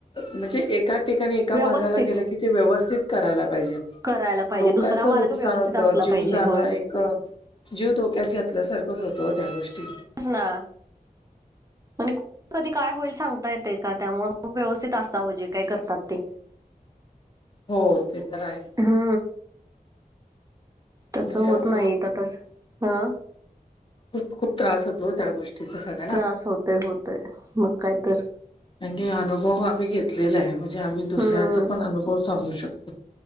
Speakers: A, on the left (about 35°); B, on the right (about 20°).
A: म्हणजे एका ठिकाणी एका
B: व्यवस्थित
A: मार्गाला केले की ते, व्यवस्थित करायला पाहिजे.
B: करायला पाहिजे
A: लोकांचं
B: दुसरा मार्ग
A: नुकसान
B: व्यवस्थित
A: होतं.
B: असला
A: जीव
B: पाहिजे
A: जाणं
B: होय
A: एक, जीव धोक्यात घेतल्यासारखंच होत. ओ त्या गोष्टी,
B: सजना, आणि, कधी काय होईल सांगता येते का, त्यामुळे मग व्यवस्थित असावं जे काय करतात ते.
A: हो, ते तर आहे.
B: हा, तसं
A: म्हणजे
B: होत
A: असं
B: नाही, तर तस हं,
A: खूप- खूप त्रास होतो, त्या गोष्टी ति सग,
B: त्रास होतेय -होतेय मग काय तर,
A: करणं कि, अनुभव आम्ही घेतलेला आहे. म्हणजे आम्ही दुसऱ्यांचा
B: हम्म
A: पण अनुभव सांगू शकतो.